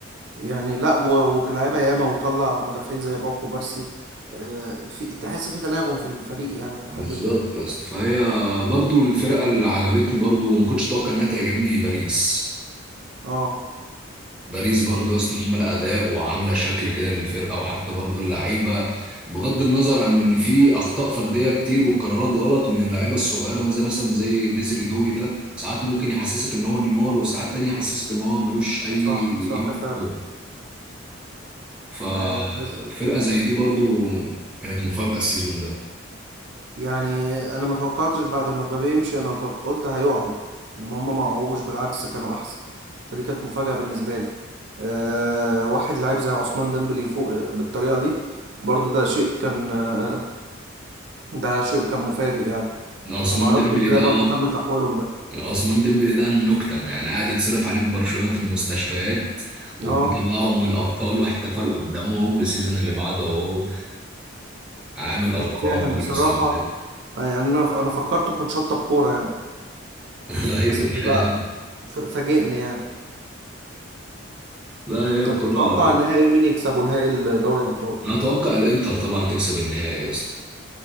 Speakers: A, on the right; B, in the centre.
A: يعني لا و- واللعيبة ياما وطلع مدافعين زي باوكو بارسي آه، في تحس في تناغم في الفريق يعني لحد
B: بالظبط
A: ما
B: يا اسطى فهي برضو الفرقه اللي عجبتني برضو وما كنتش اتوقع انها تعجبني باريس
A: اه
B: باريس برضو يا اسطى عامله اداء وعامله شكل كده للفرقه وحتى برضو اللعيبه بغض النظر عن ان في اخطاء فرديه كتير وقرارات غلط من اللعيبه الصغيره زي مثلا زي ديزري دوي ده ساعات ممكن يحسسك ان هو نيمار وساعات تانية يحسسك ان هو ملوش اي
A: صح صح
B: قيمه في
A: فعلا
B: الكوره ففرقه
A: آه، عايز-
B: زي دي برضو كانت مفاجاه السيزون ده
A: يعني انا ما توقعتش بعد ما مبابي يمشي انا توق- قلت هيقعوا انما هم ما وقعوش بالعكس كانوا احسن فدي كانت مفاجأة بالنسبة لي أه واحد لعيب زي عثمان ديمبلي يفوق بالطريقة دي برضو ده شيء كان آه، ده شيء كان مفاجئ يعني
B: عثمان
A: فما اعرفش
B: ديمبلي
A: ازاي
B: ده
A: برضو تم تحويلهم ده
B: <laughs> عثمان ديمبلي ده النكتة يعني قاعد يتصرف عليه في برشلونة في المستشفيات وبيطلعهم
A: اه
B: من الأبطال واحتفل قدامهم والسيزون اللي بعده أهو عامل أرقام
A: مش فاهم
B: وعامل
A: بصراحة
B: مساهمات
A: آه، يعني انا ف- انا فكرته كان شطة بكورة يعني
B: <laughs>
A: بس
B: أيوه
A: لا
B: فعلا
A: ف- فاجئني يعني
B: لا هي الكورة
A: طب تتوقع النهائي مين يكسبه نهائي دوري الابطال
B: أنا أتوقع الإنتر طبعا تكسب النهائي يا اسطى